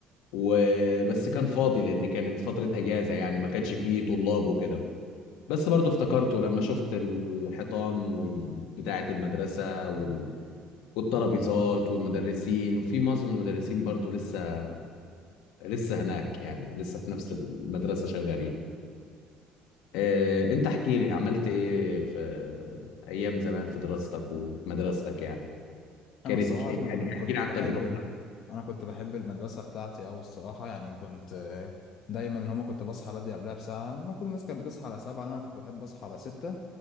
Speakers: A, on the left (about 80°); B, on the left (about 55°).
A: وبس كان فاضي لأن كانت فترة أجازة يعني ما كانش فيه طلاب وكده بس برضو افتكرته لما شفت الحيطان وال- بتاعة المدرسة وال... والترابيزات والمدرسين وفي معظم المدرسين برضو لسه لسه هناك يعني لسه في نفس المدرسة شغالين آه، انت احكي لي عملت ايه في ايام زمان في دراستك ومدرستك يعني كانت
B: انا الصراحه
A: إيه؟
B: كن-
A: يعني احكي
B: كنت
A: لي عن
B: بحب
A: تجربتك
B: ال... انا كنت بحب المدرسه بتاعتي او الصراحه يعني كنت آه، دايما اللي هما كنت بصحى بدري قبلها بساعه المفروض الناس كانت بتصحى على سبعة انا كنت بحب اصحى على ستة